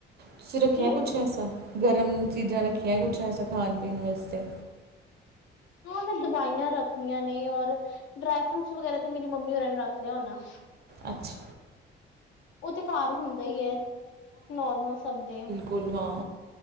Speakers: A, on the right; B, on the left.
A: ਤੁਸੀਂ ਰੱਖਿਆ
B: ਕੀ
A: ਕੁਛ ਐਸਾ, ਗਰਮ ਚੀਜ਼ਾਂ ਰੱਖੀਆਂ ਕੁਛ ਐਸਾ? ਖਾਣ-ਪੀਣ ਵਾਸਤੇ।
B: ਹਾਂ, ਮੈਂ ਦਵਾਈਆਂ ਰੱਖਣੀਆਂ ਨੇ ਔਰ ਡਰਾਈ ਫਰੂਟਸ ਵਗੈਰਾ ਤੇ ਮੇਰੀ ਮੰਮੀ ਹੋਰਾਂ ਨੇ ਰੱਖ ਲਿਆ ਹੋਨਾ।
A: ਅੱਛਾ।
B: ਉਹ ਤੇ ਘਰ ਹੁੰਦਾ ਈ ਐ ਨੋਰਮਲ ਸਭ ਦੇ।
A: ਫੂਲ ਹਾਂ।